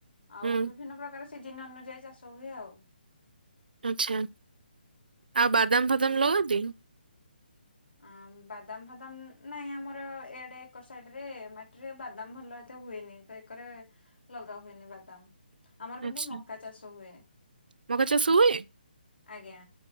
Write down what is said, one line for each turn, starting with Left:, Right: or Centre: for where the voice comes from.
Left: ଆଉ
Right: ହୁଁ
Left: ବିଭିନ୍ନ ପ୍ରକାର ସିଜନ ଅନୁଯାୟୀ ଚାଷ ହୁଏ ଆଉ।
Right: ଆଛା ଆଉ ବାଦାମ ଫାଦାମ ଲଗାନ୍ତି?
Left: ଆଁମ୍ ବାଦାମ ଫାଦାମ ନାଇଁ ଆମର ଏଆଡେ ଏକର ସାଇଡରେ ମାଟିରେ ବାଦାମ ଭଲ ଏତେ ହୁଏନି ତ ଏକରେ ଲଗା ହୁଏନି ବାଦାମ। ଆମର କିନ୍ତୁ
Right: ଆଚ୍ଛା
Left: ମକା ଚାଷ ହୁଏ
Right: ମକା ଚାଷ ହୁଏ?
Left: ଆଜ୍ଞା।